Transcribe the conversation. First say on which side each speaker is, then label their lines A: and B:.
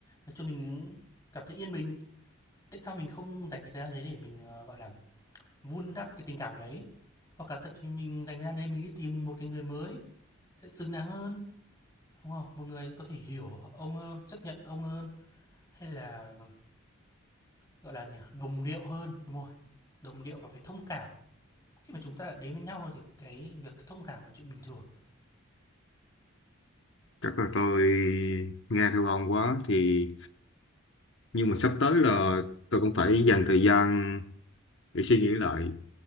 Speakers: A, on the left; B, on the left.
A: Để cho mình cảm thấy yên bình. Tại sao mình không dành cái thời gian đấy để mình, ờ, gọi là, Vun đắp cái tình cảm đấy, hoặc là thậm chí mình dành ra đấy mình đi tìm một cái người mới sẽ xứng đáng hơn, đúng không? Một người có thể hiểu ông hơn, chấp nhận ông hơn, hay là, gọi là nhỉ, đồng điệu hơn, đúng rồi, đồng điệu và phải thông cảm. Khi mà chúng ta đã đến với nhau rồi thì cái việc thông cảm là chuyện bình thường.
B: Chắc là tôi nghe theo ông quá thì nhưng mà sắp tới là tôi cũng phải dành thời gian để suy nghĩ lại